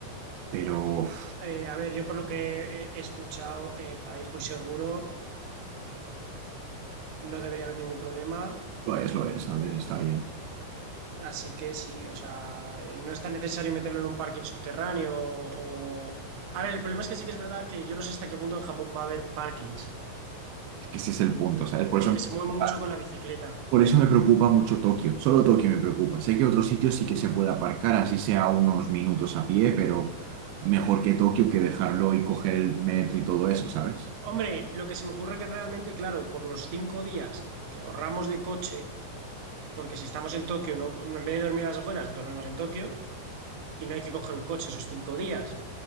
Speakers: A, on the right; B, on the right.
A: Pero uf,
B: Eh, a ver, yo por lo que he he escuchado, eh, país muy seguro, no debería haber ningún problema.
A: lo es, lo es, a ver, está bien.
B: Así que sí, o sea, eh, no es tan necesario meterlo en un parking subterráneo o... A ver, el problema es que sí que es verdad que yo no sé hasta qué punto en Japón va a haber parkings,
A: Es que ese es el punto, ¿sabes? Por
B: porque
A: eso me preocupa,
B: se mueve mucho con la bicicleta.
A: por eso me preocupa mucho Tokio, solo Tokio me preocupa. Sé que otros sitios sí que se puede aparcar, así sea unos minutos a pie, pero mejor que Tokio que dejarlo y coger el metro y todo eso, ¿sabes?
B: Hombre, lo que se me ocurre que realmente, claro, por los cinco días que ahorramos de coche, porque si estamos en Tokio, ¿no? en vez de dormir a las afueras, dormimos en Tokio y no hay que coger un coche esos cinco días.